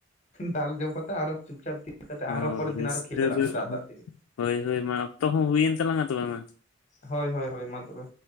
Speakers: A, on the left (about 35°); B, on the left (about 85°).
A: ᱫᱟᱞ ᱡᱚᱢ ᱠᱟᱛᱮ ᱟᱨᱚ ᱪᱩᱯᱪᱟᱯ ᱛᱤᱭᱳᱜ ᱠᱟᱛᱮ ᱟᱨᱚ
B: ᱚ
A: ᱯᱚᱨᱮᱨ
B: ᱨᱟᱹᱥᱠᱟᱹ
A: ᱫᱤᱱ ᱟᱨᱚ ᱠᱷᱮᱞ ᱪᱟᱞᱟᱜ
B: ᱫᱚ
A: ᱢᱮ ᱫᱟᱜ ᱫᱟᱜ ᱛᱮᱜᱮ
B: ᱦᱳᱭ ᱦᱳᱭ ᱢᱟ ᱚᱠᱛᱚ ᱦᱚᱸ ᱦᱩᱭᱮᱱ ᱛᱟᱞᱟᱝᱟ ᱛᱚᱵᱮ ᱢᱟ᱾
A: ᱦᱳᱭ ᱦᱳᱭ ᱦᱳᱭ ᱢᱟ ᱛᱚᱵᱮ᱾